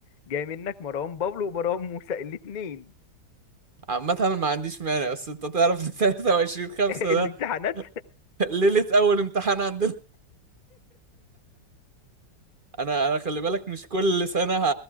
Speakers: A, on the left; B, on the right.
A: جاي منك مروان بابلو ومروان موسى الاتنين
B: عامة انا ما عنديش مانع بس انت تعرف <laughs> 23 5
A: <laughs> الامتحانات
B: ده ليلة اول امتحان عندنا انا انا خلي بالك مش كل سنه ه...